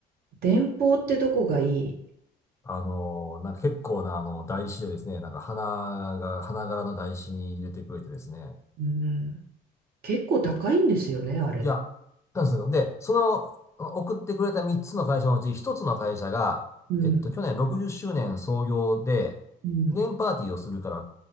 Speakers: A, on the right (about 65°); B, on the left (about 15°).
A: 電報ってとこがいい。
B: あのーなんか結構なあの、台紙でですね、なんか花が、花柄の台紙に入れてくれてですね。
A: うん、結構高いんですよね、あれ。
B: いや、なんですよ。で、その、送ってくれた3つの会社のうち1つの会社が、
A: うん、
B: えっと、去年60周年創業で、
A: うん、
B: 記念パーティーをするから、